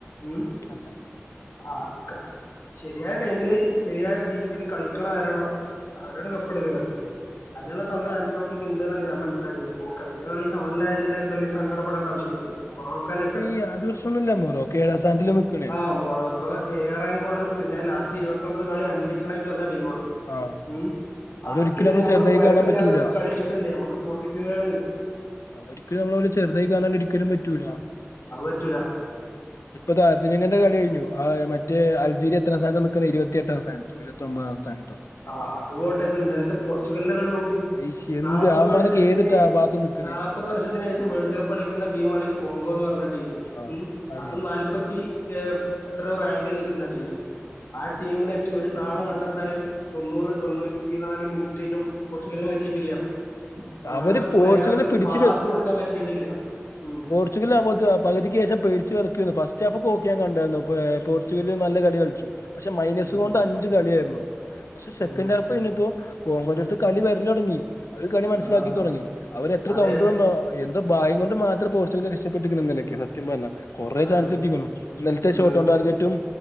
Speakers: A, on the left; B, on the left.
A: ഉം
B: അല്ല
A: ആഹ് ക്ക ശരിയായ ടൈമില് ശരിയായ രീതിയില് ഇതില് കളിക്കണ ആരാണോ അവരാണ് കപ്പ് ഇട്ക്ക്ണത് അയ്നുള്ള തന്ത്രം
B: ആ,
A: ആൻസിലോട്ടിക്ക് ഇണ്ട്ന്നാണ് ഞാൻ മനസിലാക്കുന്നത് ഓഹ് കഴി ഞ്ഞ കളി സമനിലായതിനാലും വല്യെ സങ്കടപ്പെടണ്ട ആവശ്യന്നുഇല്ല്യ മൊറോക്കാനെറ്റാണോ
B: ഈ അത് പ്രശ്നമൊന്നുമില്ല മൊറോക്കെ ഏഴാം സ്ഥാനത്തിൽ നിൽക്കണേ
A: ആഹ് മൊറോ ക്കൊ ഏഴാറാങ്കു ആണ് പിന്നെ ലാസ്റ്റ് ഇരുപത്തൊമ്പത് കളി അൺബിറ്റണയിട്ട് വന്ന ടീമാണ്
B: ആ
A: ഉം
B: അവിടെ
A: അവർക്കെതിരെ
B: ഒരിക്കലും നമ്മൾ
A: ഞമ്മള്
B: ചെറുതായി
A: കൊഴപ്പില്ലാതെ
B: കാണാൻ പറ്റൂല
A: കളിച്ചിട്ട്ണ്ട് ഞമ്മക്ക് പോസിറ്റീവാള്ണ്ട്
B: ഒരിക്കും നമ്മളോല് ചെർതായി കാണാൻ ഒരിക്കലും പറ്റൂല
A: അത് പറ്റൂല
B: ഇപ്പ താ അ ർജൻന്റീനന്റെ കളി കെഴ്ഞ്ഞു ആത് മറ്റേ അൽജീരിയ എത്രാം സ്ഥാനത്താ നിക്ക്ണഹ് ഇരുവത്തി എട്ടാം സ്ഥാനത്തോ ഇര് വത്തി ഒമ്പതാം സ്ഥാനത്തോ
A: ആഹ് അത് പോട്ടെ ഇപ്പ ഇന്നൽത്തെ പോർച്ചുഗൽന്റെ
B: ആ,
A: കളി നോക്ക്
B: അയ്ശ് എന്ത്
A: നാല്പ്പത്
B: അവന്മാരൊക്കെ
A: വർഷത്തില്
B: ഏതിട്ടാ ആ ഭാഗത്ത് നിക്കണേ
A: നാ ൽപ്പത് വർഷത്തിന് ശേഷം വേൾഡ് കപ്പ് കളിക്ക്ന്ന ടീമാണ് ഈ കോങ്കോന്ന് പർഞ്ഞ ടീമ്
B: ആഹ് അറിയാം
A: അതും നാ പ്പത്തി എ എത്രോ റാങ്കില് നിക്കുന്ന ടീമ് ആ ടീമിനേറ്റ് ഒരു താളം കണ്ടെത്താന് തൊണ്ണൂറ് തൊണ്ണൂറ്റി നാല് മിനിറ്റിലും പോർച്ചുഗൽന് പറ്റീട്ടില്ല്യ റൊണാൾഡക്ക്
B: അവര് പോർച്ചുഗലിനെ
A: മര്യാദ്ക്കൊരു
B: പിടിച്ചു
A: പാസ് കൊടുക്കാൻ പറ്റിയിട്ടില്ല ഉം
B: പോർച്ചുഗല്ആ <unintelligible> പകുതിക്ക് ശേഷം പേടിച്ച് വേറക്കെന്നു ഫസ്റ്റ് ഹാഫൊക്കെ ഒക്കെ ഞാൻ കണ്ടാര്ന്നു ഏഹ് പോർച്ചുഗല് നല്ല കളി കൾച്ചു പക്ഷെ മൈനസ്
A: ഉം
B: കൊണ്ട് അഞ്ച് കളിയായിര്ന്നു പക്ഷെ സെക്കൻഡ്
A: ഉം
B: ഹാ ഫ് കഴിഞ്ഞപ്പോ കോങ്കോന്റെട്ത്ത് കളി വെര്ലൊട്ങ്ങി അവര് കളി റ്റ്താക്കി
A: ആ
B: തൊടങ്ങി അവര് എത്ര
A: അതെ
B: കൗണ്ട്ര് എന്നോ എന്തോ ഭാഗ്യം കൊണ്ട് മാത്രാ പോർച്ചുഗല് രക്ഷപ്പെട്ട്ക്ക്ണ് ഇന്നലൊക്കെ സത്യം പർഞ്ഞാ കൊറെ
A: ഉം അതെ
B: ചാൻസ് കിട്ടിക്ക്ണു ഇന്നൽത്തെ ഷോട്ടോൺ
A: ഉം
B: ടാർജറ്റും